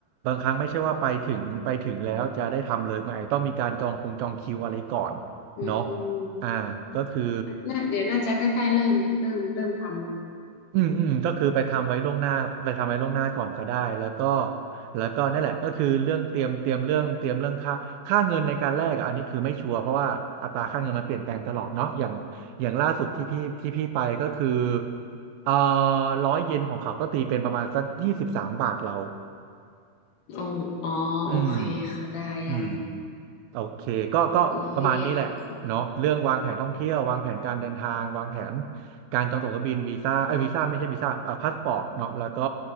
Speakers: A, on the right; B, on the left.
A: บางครั้งไม่ใช่ว่าไปถึงไปถึงแล้วจะได้ทำเลยมันอาจจะต้องมีการจองคงจองคิวอะไรก่อน
B: อื
A: เนาะ
B: ม
A: อ่าก็คือ
B: น่าเดี๋ยวน่าจะใกล้ๆเริ่มเริ่มเริ่มทำแล้ว
A: อืมอืมก็คือไปทำไว้ล่วงหน้าไปทำไว้ล่วงหน้าก่อนก็ได้แล้วก็แล้วก็นั่นแหละก็คือเรื่องเตรียมเตรียมเรื่องเตรียมเรื่องค่าค่าเงินในการแลกอะอันนี้คือไม่ชัวร์เพราะว่าอัตราค่าเงินมันเปลี่ยนแปลงตลอดเนาะอย่างอย่างล่าสุดที่พี่ที่พี่ไปก็คือเอ่อร้อยเยนของเขาก็ตีเป็นประมาณสักยี่สิบสามบาทเรา
B: โอ้อ๋อโอเคค่ะได้ได้นะ
A: อืม อืมโอเคก็ก็ประมาณนี้แหละเนาะเรื่องวางแผนท่องเที่ยววางแผนการเดินทางวางแผน
B: ร้อยเย็นของเขา
A: การจองตั๋วเครื่องบินวีซ่าไอ้ยวีซ่าไม่ใช่วีซ่าเอ่อพาสปอร์ตเนาะแล้วก็